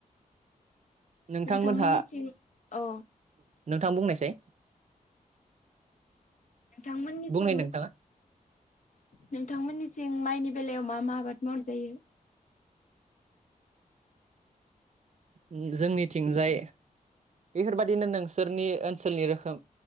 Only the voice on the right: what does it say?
नोंथांमोनहा,
नोंथां बुंनायसाय?
बुंनाय नोंथाङा
उम जोंनिथिंजाय बेफोरबादिनो नोंसोरनि ओनसोलनि रोखोम